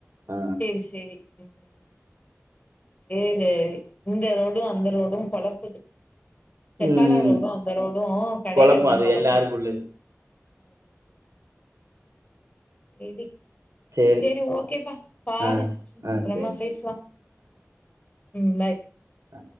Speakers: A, on the right (about 80°); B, on the left (about 30°).
A: ஆ
B: செரி செரி ம் ஏது இந்த ரோடும் அந்த ரோடும் கொழப்புது தெக்காளா
A: ம்
B: ரோடும் அந்த ரோடும் கடைகள்லாம்
A: குழப்பம் அது
B: கொழப்புது
A: எல்லாருக்கும் உள்ளது
B: ஆமா செரி
A: சரி
B: செரி ஓகேப்பா பாரு
A: ஆ ஆ
B: அப்பறமா
A: சரி
B: பேசலா ம் பாய்
A: ஆ